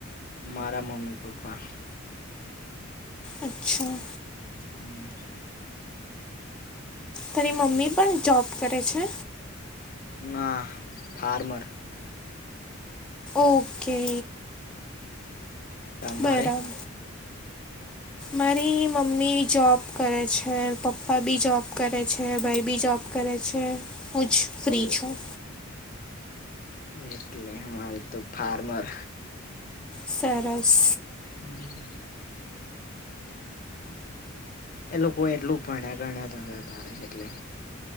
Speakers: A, on the left; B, in the centre.
A: મારા મમ્મી પપ્પા
B: અચ્છા
A: હમ
B: તરી મમ્મી પણ જોબ કરે છે.
A: ના ફાર્મર
B: ઓકે
A: તમારે
B: બરાબર મારી મમ્મી જોબ કરે છે પપ્પા બી જોબ કરે છે ભાઈ બી જોબ કરે છે. હું જ ફ્રી
A: ઓ
B: છું
A: એટલે અમારે તો ફાર્મર
B: સરસ
A: હમ એ લોકો એટલું ભણ્યા ઘણ્યા તારે એટલે